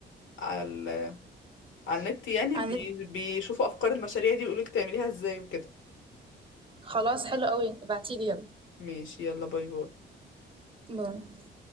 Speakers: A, on the left; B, on the right.
A: على ال على النت يعني
B: عن-
A: بي... بيشوفوا افكار المشاريع دي ويقولك تعمليها ازاي وكده
B: خلاص حلو قوي ابعتيلي يلا
A: ماشي يلا باي باي
B: باي.